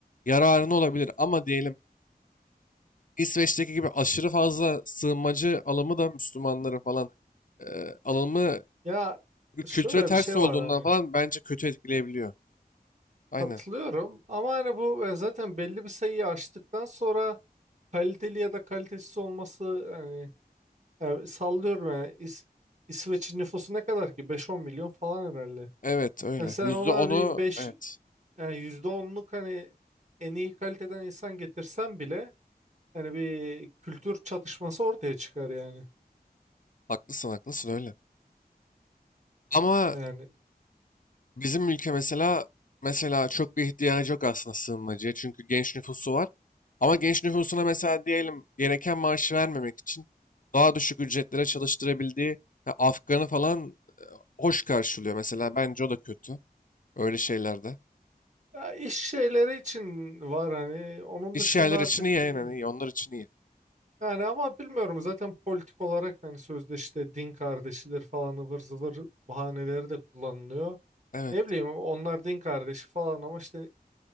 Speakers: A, on the left; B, on the right.
A: yararını olabilir. Ama diyelim İsveç'teki gibi aşırı fazla sığınmacı alımı da Müslümanlara falan e, alımı
B: Ya şöyle
A: kültüre ters
B: bir şey
A: olduğundan
B: var hani
A: falan bence kötü etkileyebiliyor.
B: katılıyorum
A: Aynen.
B: ama hani bu e, zaten belli bir sayıyı aştıktan sonra kaliteli ya da kalitesiz olması hani e, sallıyorum yani İs- İsveç'in nüfusu ne kadar ki beş on milyon falan herhalde.
A: Evet öyle.
B: Yani sen
A: Yüzde
B: ona
A: onu
B: bir beş
A: evet.
B: yani %10'luk hani en iyi kaliteden insan getirsen bile hani bir kültür çatışması ortaya çıkar yani.
A: Haklısın haklısın öyle. Ama
B: Yani
A: bizim ülke mesela mesela çok bir ihtiyacı yok aslında sığınmacıya. Çünkü genç nüfusu var. Ama genç nüfusuna mesela diyelim gereken maaşı vermemek için daha düşük ücretlere çalıştırabildiği ya Afgan'ı falan hoş karşılıyor. Mesela bence o da kötü. Öyle şeylerde.
B: ya iş şeyleri için var hani onun
A: İş
B: dışında
A: yerleri
B: artık
A: için iyi yani
B: bilmiyorum.
A: iyi. Onlar için iyi.
B: Yani ama bilmiyorum zaten politik olarak hani sözde işte din kardeşidir falan ıvır zıvır bahaneleri de kullanılıyor.
A: Evet.
B: Ne bileyim onlar din kardeşi falan ama işte